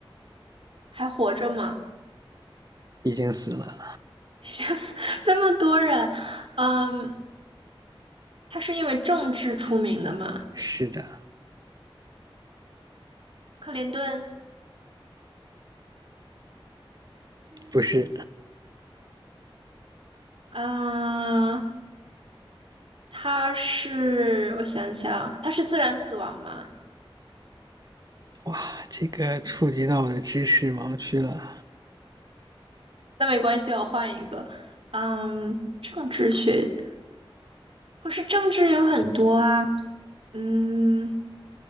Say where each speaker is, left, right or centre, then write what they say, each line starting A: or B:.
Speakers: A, on the right; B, on the right.
A: 还活着吗？
B: 已经死了，
A: <laughs> 吓死那么多人，嗯，他是因为政治出名的吗？
B: 是的，
A: 克林顿，
B: 不是，
A: 嗯、他是，我想想，他是自然死亡吗？
B: 哇，这个触及到我的知识盲区了，
A: 那没关系，我换一个。嗯，政治学，可是政治有很多啊。嗯，